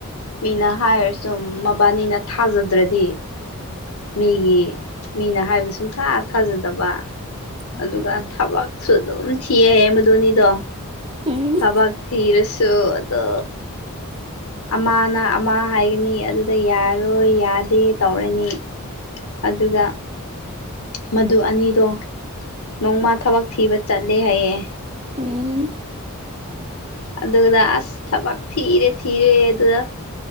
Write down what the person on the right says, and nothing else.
ꯎꯝ
ꯎꯝ
ꯎꯝ